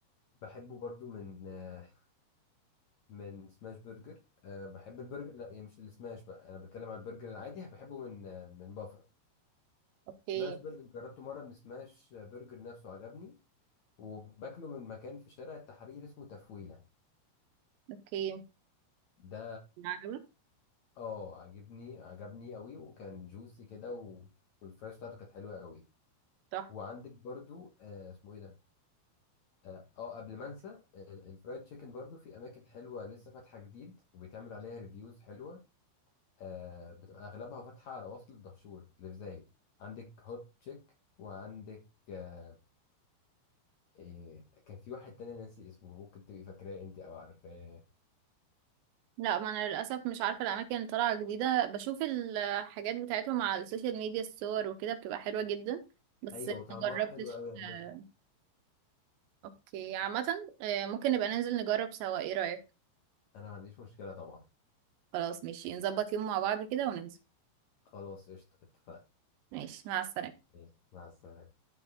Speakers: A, on the left; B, on the right.
A: بحبه برضو من آه، من سماش برجر أه بحب البرجر لا يعني مش السماش بقى انا بتكلم على البرجر العادي بحبه من آه، من بافر
B: اوكي
A: سماش برجر جربته مره من سماش برجر نفسه عجبني وباكله من مكان في شارع التحرير اسمه تفويله
B: اوكي
A: ده
B: عجبك
A: اه عجبني عجبني قوي وكان جوسي كده و... والفراش بتاعته كانت حلوه قوي
B: صح
A: وعندك برضو آه اسمه ايه ده اه آه، قبل ما انسى ال- الفرايد تشيكن برضو في اماكن حلوه لسه فاتحه جديد وبيتعمل عليها ريفيوز حلوه آه بتبقى اغلبها فاتحه على وصل الدهشور اللي في زايد عندك هوت تشيك وعندك آه إيه كان في واحد تاني ناسي اسمه ممكن تبقي فاكراه انت او عارفاه
B: لا ما انا للاسف مش عارفه الاماكن اللي طالعه جديده بشوف الحاجات بتاعتهم على السوشيال ميديا الصور وكده بتبقى حلوه جدا بس
A: ايوه وطعمها
B: ما جربتش
A: حلو قوي يا عم
B: آه، اوكي عامه آه، ممكن نبقى ننزل نجرب سوا ايه رايك
A: انا ما عنديش مشكله طبعا
B: خلاص ماشي نظبط يوم مع بعض كده وننزل
A: خلاص قشطه اتفقنا
B: ماشي مع السلامه
A: ماشي، مع السلامه